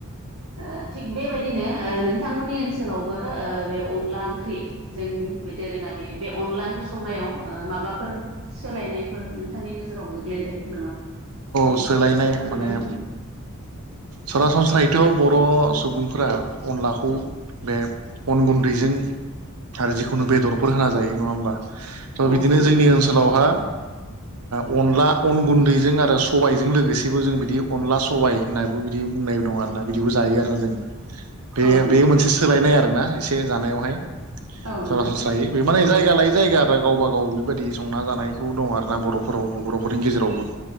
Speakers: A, on the right (about 65°); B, on the right (about 80°).
A: ओ थिग बेबायदिनो ओ नोंथांमोननि ओनसोलावबो बे अनला ओंख्रि जोंनि बे दोरोङारि बे अनला ओंख्रि संनायाव ओ माबाफोर सोलायनायफोर नोंथांनि नोजोराव गोग्लैदों नामा बेनि
B: सोलायनाय
A: सायाव एसे फोरमायदो
B: माने
A: नामा। <inaudible>
B: सरासनस्रायैथ' बर' सुबुंफोरा अनलाखौ बे अन गुन्दैजों आरो जिखुनु बेदरफोर होना जायो नङा होमबा? थ'
A: औ
B: बिदिनो
A: नोंथां
B: जोंनि ओनसोलावहा ओ अनला अन गुन्दैजों आरो स सबायजों लोगोसेबो जों बिदि अनला सबाय होनाबो बिदि बुंनाय दं आरोना बिदिबो जायो आरोना जों। बे
A: औ नोंथां
B: बे मोनसे सोलायनाय आरोना एसे जानायावहाय
A: औ नोंथां
B: सरासनस्रायै। बे माने जायगा लायै जायगा आरो गावबा गाव बेबायदि संना जानायखौ दं आरोना बर'फोरावबो बर'फोरनि गेजेरावबो।